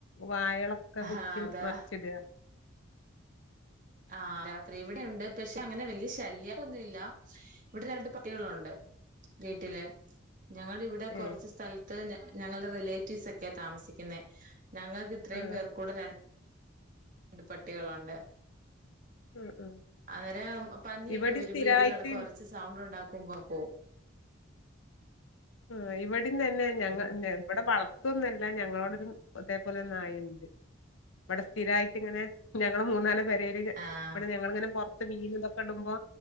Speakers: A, on the left; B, on the right.
A: വാഴകള് ഒക്കെ
B: ആഹ്
A: കുത്തി
B: അതാ
A: മറിച്ചിടുകാ
B: ആഹ് രാത്രി ഇവിടെയുണ്ട് പക്ഷെ അങ്ങനെ വലിയ ശല്യം ഒന്നുമില്ല ഇവിടെ രണ്ട് പട്ടികളുണ്ട് വീട്ടില് ഞങ്ങളുടെ ഇവിടെ
A: ഏ
B: കുറച്ച് സ്ഥല ത്ത് ഞങ്ങളുടെ റിലേറ്റീവ്സ് ഒക്കെയാ താമസിക്കുന്നെ ഞങ്ങൾക്ക് ഇത്രയും
A: ആ
B: പേർക്കൂടെ ര ണ്ട് പട്ടികളുണ്ട്
A: ആ ആ
B: അവര് പന്നിയൊക്കെ
A: ഇവിടെ
B: വരുമ്പോ
A: സ്ഥിരായിട്ട്
B: ഇത് കണ്ട് കൊരച്ചു സൗണ്ട് ഉണ്ടാക്കുമ്പോ പോവും
A: ആഹ് ഇവടെയും തന്നെ ഞങ്ങ ഇവടെ വളത്തൊവൊന്നുവല്ല ഞങ്ങളോടെ ഇതേപോലെ ഒരു നായുണ്ട്. ഇവിടെ സ്ഥിരായിട്ട് ഇങ്ങനെ ഞങ്ങള് മൂന്നാല് പേരയില്
B: ആഹ്
A: ഇവിടെ ഞങ്ങളിങ്ങനെ പൊറ ത്ത് മീന് ഇതൊക്കെ ഇടുമ്പോ